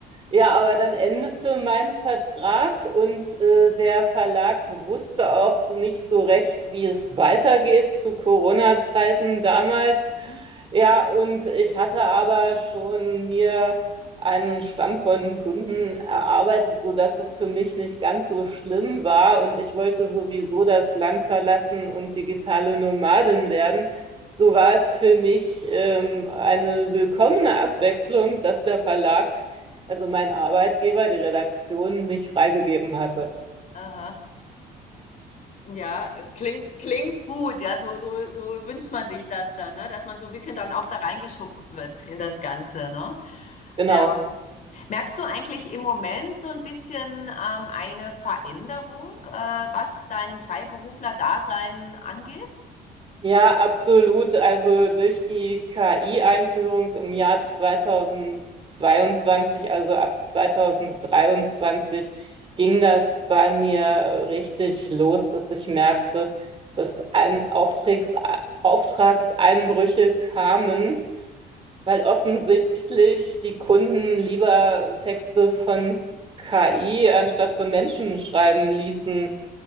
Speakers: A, on the right; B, on the left.
A: Ja, aber dann endete mein Vertrag und äh, der Verlag wusste auch nicht so recht, wie es weitergeht zu Corona-Zeiten damals.
B: Mhm.
A: Ja, und ich hatte aber schon mir einen Stamm von Kunden erarbeitet, sodass es für mich nicht ganz so schlimm war. Und ich wollte sowieso das Land verlassen und digitale Nomadin werden so war es für mich ähm, eine willkommene Abwechslung, dass der Verlag, also mein Arbeitgeber, die Redaktion, mich freigegeben hatte.
B: Aha. Ja, klingt, klingt gut. Ja, so, so, so wünscht man sich das dann, ne? dass man so ein bisschen dann auch da reingeschubst wird in das Ganze. Ne?
A: Genau.
B: Ja. Merkst du eigentlich im Moment so ein bisschen ähm, eine Veränderung, äh, was dein Freiberufler-Dasein angeht?
A: Ja, absolut. Also durch die KI-Einführung im Jahr 2022, also ab 2023, ging das bei mir richtig los, dass ich merkte, dass ein Auftrags Auftragseinbrüche kamen, weil offensichtlich die Kunden lieber Texte von KI anstatt von Menschen schreiben ließen.